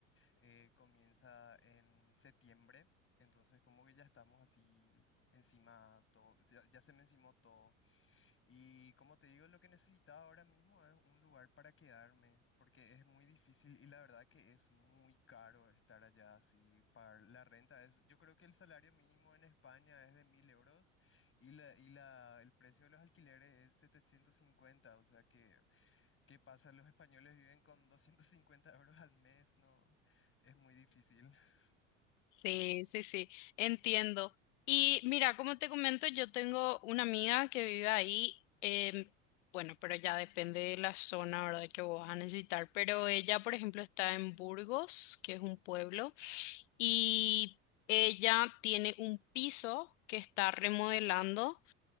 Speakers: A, on the left; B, on the left.
A: eh, comienza en septiembre, entonces como que ya estamos así encima todo, o sea, ya, se me encimó todo. Y como te digo, lo que necesitaba ahora mismo es un lugar para quedarme, porque es muy difícil y la verdad que es muy caro estar allá así, pagar la renta es, yo creo que el salario mínimo en España es de mil euros y la, y la, el precio de los alquileres es setecientos cincuenta o sea que ¿Qué pasa? Los españoles viven con 250 euros al mes, no, es muy difícil. <laughs>
B: Sí, sí, sí, entiendo. Y mira, como te comento, yo tengo una amiga que vive ahí, em, bueno, pero ya depende de la zona, ¿verdad? que vos vas a necesitar, pero ella, por ejemplo, está en Burgos, que es un pueblo, y ella tiene un piso que está remodelando.